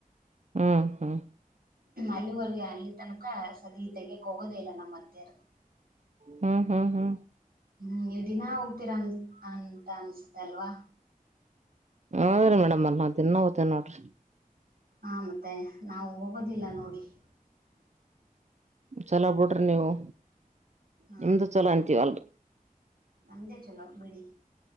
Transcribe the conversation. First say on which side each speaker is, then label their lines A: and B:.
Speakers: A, on the right; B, on the right.
A: ಹ್ಮ್ ಹ್ಮ್
B: ಅಲ್ಲಿವರ್ಗೆ ಅಲ್ಲಿ ತನಕ ಸದಿ ತೆಗೆಗಕ್ ಹೋಗೋದೆ ಇಲ್ಲ ನಮ್ಮಅತ್ತೆರ್
A: ಹ್ಮ್ ಹ್ಮ್ ಹ್ಮ್
B: ಹ್ಮ್ ದಿನಾ ಹೋಗ್ತೀರಾ ಅನ್ ಅಂತ ಅನ್ಸುತ್ತ ಅಲ್ವಾ
A: ಹೌದ್ರೀ ಮೇಡಮ್ ಅರ್ಮ ತಿನ್ನೋಗತೇ ನೋಡ್ರಿ
B: ಹಾ ಮತ್ತೆ ನಾವು ಹೋಗೋದಿಲ್ಲ ನೋಡಿ <inaudible>
A: ಚಲ ಬಿಡ್ರಿ ನೀವು
B: ಹಾ
A: ನಿಮ್ದು ಚಲೋ ಅಂತೀವಿ ಅಲ್ರಿ
B: ನಮ್ದೇ ಚೊಲೋ ಬಿಡಿ